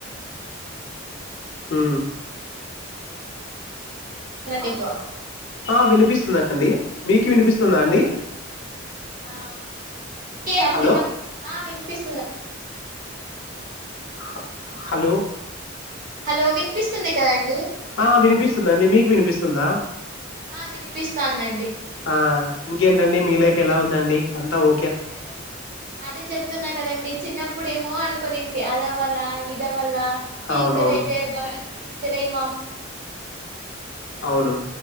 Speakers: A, on the left; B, on the right.
A: హు
B: మీకు
A: ఆ వినిపిస్తుందండి మీకు వినిపిస్తుందా అండి
B: ఆ అప్పుడ
A: హలో
B: వి పిస్తుందా?
A: హ హలో
B: హలో వినిపిస్తుంది కదండి
A: ఆ వినిపిస్తుందండి మీకు వినిపిస్తుందా
B: ఆ వినిపిస్తాందండి
A: ఆ ఇంకేంటండి మీ లైఫ్ ఎలా ఉందండి అంతా ఓ
B: అదే అదే చెప్తున్నా కదండి చిన్నప్పుడేమో అనుకోని అదవల్ ఇది వాళ్ళ టీచర్
A: అవునవును
B: అయితే బా తై మమ్
A: అవును